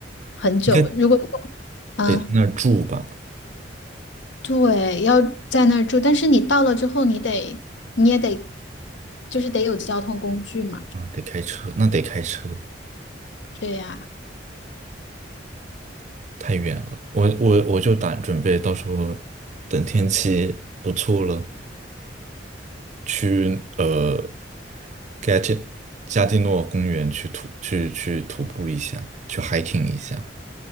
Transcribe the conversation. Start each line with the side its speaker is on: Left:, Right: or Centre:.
Left: 很久。
Right: 应该
Left: 如果，嗯，
Right: 得在那儿住吧？
Left: 对，要在那儿住，但是你到了之后，你得，你也得，就是得有交通工具嘛。
Right: 啊，得开车，那得开车，
Left: 对呀、
Right: 太远了。我我我就打准备到时候等天气不错了，去呃 g e t 加蒂诺公园去徒去去徒步一下，去 hiking 一下。